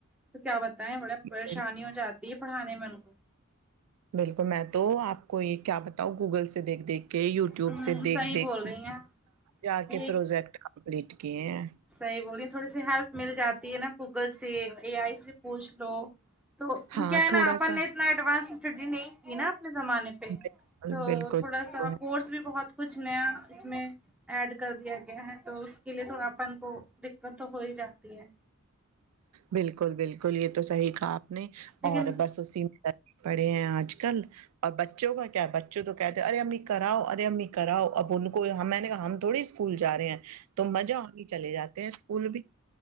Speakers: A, in the centre; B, on the right (about 85°).
A: تو کیا بتائے بڑا پریشانی
B: بال-
A: ہو جاتی تی پڑاھانے ان کو
B: بالکل میں تو آپ کو یہ کیا بتاؤں گوگل سے دیکھ دیکھ کے یوٹیوب
A: ہ
B: سے
A: صحیح
B: دیکھ دیکھ
A: بول رہی ہیں آپ۔
B: جا
A: یہ
B: کے پروجیکٹ کمپلیٹ کیے ہیں
A: صحیح بوللیے تھوڑی سی ہیلپ مل جاتی ہے نا گوگل سے اے آئی سے پوچھ لو تو پھر
B: ہاں
A: کیا ہے
B: تھوڑا
A: نا اپن
B: سا
A: نے اتنا ایڈوانس چٹی نہیں کی نا اپنے زمانے پہ پہ
B: بالکل
A: تو
B: بالکل
A: تھوڑا سا
B: وہ
A: کورس
B: ہے۔
A: بھی بہت کچھ نیا اس میں ایڈ کر دیا گیا ہے تو اس کے لیے تھوڑا اپن کو دکت تو ہو ہی جاتی ہے
B: بالکل بالکل یہ تو صحیح کہا آپ نے
A: لیکن
B: اور بس اسی میں پڑھے ہیں آج کل اور بچوں کا کیا ہے بچوں تو کہتے ہیں ارے امی کراؤ ارے امی کراؤ اب ان کو میں نے کہا ہم تھوڑی سی اسکول جا رہے ہیں تو مزہ ہونے چلے جاتے ہیں اسکول بھی